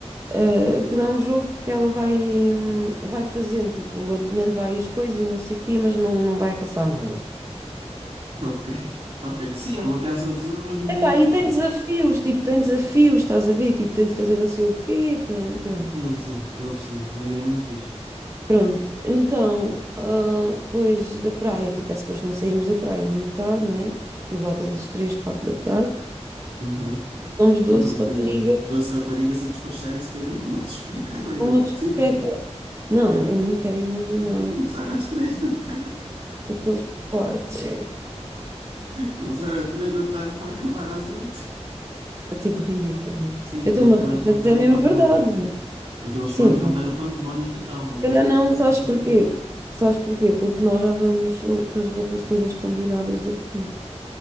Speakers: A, on the right; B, on the right.
A: Ah, aquilo é um jogo que ela vai, hum, vai fazendo, tipo, adivinhando várias coisas e não sei o quê, mas não, não vai caçar nada.
B: Ok, <laughs> ok. Sim, é uma caça ao tesouro, mas não
A: Epá,
B: tem tesouro.
A: e tem desafios, tipo, tem desafios, estás a ver? Tipo, tem de fazer não sei o quê, tem... Pronto.
B: Sim, sim, estou a perceber. Uma ideia muito fixe.
A: Pronto, então, ah, depois da praia, tipo, é suposto não sairmos da praia muito tarde, né? Por volta das 3, 4 da tarde.
B: Uhum.
A: Somos 12
B: Sim, Porque
A: raparigas
B: 12 raparigas a despacharem-se para irem para uma <laughs> discoteca à noite,
A: para
B: eu
A: uma
B: faço
A: discoteca.
B: ideia.
A: Não, eu nem quero imaginar
B: É Para começar
A: aque-
B: às 3 da tarde.
A: aqueles quartos.
B: Começar às 3 da tarde para acabar às oito
A: É tipo ridículo, gente.
B: Sim,
A: Eu
B: aqueles
A: estou-me
B: quartos
A: a rir,
B: vão
A: mas
B: estar
A: é
B: o
A: mesmo
B: pandemónio.
A: verdade.
B: Aqueles
A: Sim,
B: quartos
A: se
B: vão estar o pandemónio total, roupas
A: calhar
B: para
A: não, sabes
B: todo
A: porquê?
B: mundo.
A: Sabes porquê? Porque nós já vamos com as roupas todas combinadas daqui.